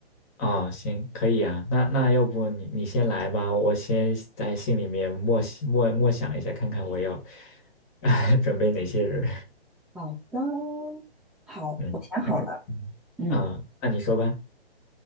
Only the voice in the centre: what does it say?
好的，好，
我想好了，
嗯